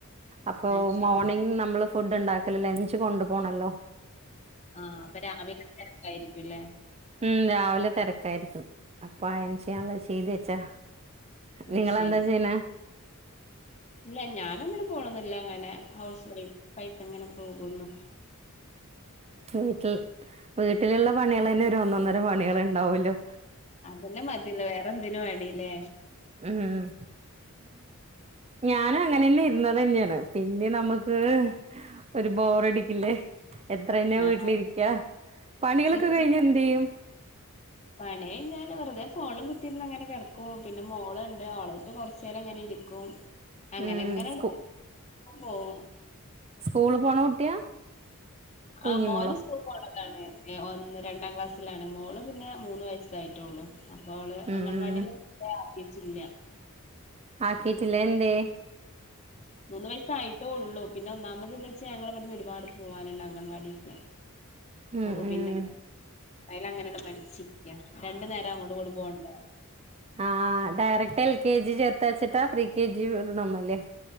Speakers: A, on the right (about 30°); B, on the left (about 30°).
A: അപ്പൊ
B: അത് ശരി
A: മോർണിംഗ നമ്മള് ഫുഡ് ഉണ്ടാക്കല ലഞ്ച് കൊണ്ടു പോോണല്ലോ
B: ആ അപ്പൊ രാവിലെ തിരക്കായിരിക്കും അല്ലേ
A: ഉം രാവിലെ തിരക്കായിരിക്കും അപ്പൊ അയന് ചെയ്യാനുള്ളത് ചെയ്ത് വെച്ചാ
B: അത്
A: നിങ്ങെലെന്താ
B: ശരി
A: ചെയ്യണ
B: ഇല്ല ഞാനൊന്നിനും പോണന്നില്ല അങ്ങനെ ഹൗസ് വൈഫ ആയിട്ട് ഇങ്ങനെ പോകുന്നു
A: ഉം വീട്ടിൽ വീട്ടിലുള്ള പണികൾ തന്നെ ഒരു ഒന്നൊന്നര പണികൾ ഉണ്ടാവല്ലോ
B: അതല്ലെ മതിയല്ല വേറെന്തിനും വേണല്ലേ
A: ഉം ഞാനും അങ്ങനന്നെ ഇന്ന തന്നെയാണ് പിന്നെ നമുക്ക് ഒരു ബോറടിക്കില്ലേ എത്ര തന്നെ
B: ആഹ്
A: വീട്ടിലിരിക്ക പണികളൊക്കെ
B: സ്റ്റിച്ച്
A: കഴിഞ്ഞ എന്ത് ചെയ്യും
B: പണി കഴിഞ്ഞാൽ വെറുതെ ഫോണും കുത്തിന്ന് അങ്ങനെ കിടക്കും പിന്നെ മോളുണ്ട് മോളായിട്ട് കൊറച്ചു നേരം അങ്ങനെ ഇരിക്കും അങ്ങനെങ്ങനെ
A: ഉം സ്കൂ
B: പോകും
A: സ്കൂള് പോണ കുട്ടിയാ കുഞ്ഞിമോളോ
B: ആ മോന് സ്കൂളിൽ പോണത ഒന്ന് രണ്ടാം ക്ലാസ്സിലാണ് മോള് പിന്നെ മൂന്ന് വയസ്സായിട്ടുള്ളു അപ്പോഅവളെ
A: ഉം
B: അംഗൻവാടിൽൊന്നും കൊണ്ടോയി ആക്കിട്ടില്ല
A: ആക്കിട്ടില്ല എന്തേ
B: മൂന്ന് വയസായിട്ടോ ഉള്ളു പിന്നെ ഒന്നാമത് എന്ത വെച്ച ഞങ്ങ പറന്ന് ഒരുപാട് പോവാനുണ്ട് അംഗൻവാടിക്ക്
A: ഉം
B: അപ്പൊ
A: ഉം
B: പിന്നെ അയൽ അങ്ങനെയട് മരിച്ചിരിക്ക രണ്ടു നേരം അങ്ങോട്ട് കൂടെ പോവണ്ട
A: ആഹ് ഡയറക്റ്റ് എൽ കെ ജി ചേർത്തയച്ചിട്ടാ പ്രീ കെ ജി ഇടണന്ന അല്ലേ